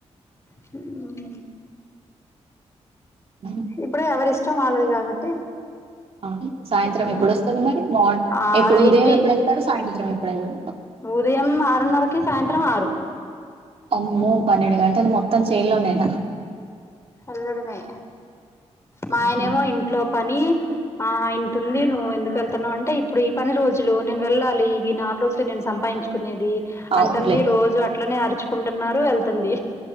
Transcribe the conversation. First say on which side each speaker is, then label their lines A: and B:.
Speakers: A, on the left (about 25°); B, on the right (about 55°).
A: హ్మ్మ్
B: హ్మ్
A: ఇప్పుడే ఎవరిష్టం వాళ్ళది కాబట్టి
B: అవును సాయంత్రం
A: ఇప్పుడు
B: ఎప్పుడు వస్తది మరి మాన్
A: ఆరైద్ది
B: ఇప్పుడు ఉదయం ఎప్పుడు వెళ్తాడు. సాయి సాయింత్రం ఎప్పుడ వెళ్ళేది
A: ఉదయం ఆరున్నరకి సాయంత్రం ఆరు
B: ఆమ్మో పన్నెండు గంటలు మొత్ మొత్తం చేన్ లో నేనా
A: వెల్లడమే మా ఆయనేమో
B: హ్మ్
A: ఇంట్లో ప పని ఆ ఇంత ఉంది నువ్వు ఎందుకు వెళ్తున్నావు అంటే ఇప్పుడు ఈ పని రోజులు నేను వెళ్ళాలి, ఈ నాలుగు రోజులు నేను సంపాదించుకునేది.
B: అవునులే
A: అంటంది రోజు అట్ అట్లనే అరుచుకుంటున్నారు వెళ్తుంది